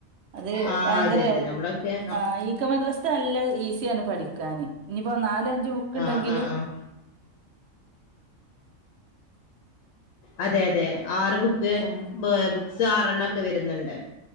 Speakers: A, on the right; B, on the left.
A: അത്
B: ആഹ്
A: ഭയങ്കര
B: അതെ അതെ നമ്മളൊക്കെ
A: ആഹ് ഈ ഇ ക മദ്രസ്ത്തെ നല്ല ഈസിയാണ് പഠിക്കാൻ ഇനിയിപ്പോ നാലും അഞ്ചും ബുക്ക് ഉണ്ടെങ്കിലും
B: ആഹ് ആഹ് ആഹ് അതെ അതെ ആറ് ബുക്ക്
A: ഉം
B: ബുക്സ് ആറെണ്ണം ഒക്കെ വരുന്നുണ്ട്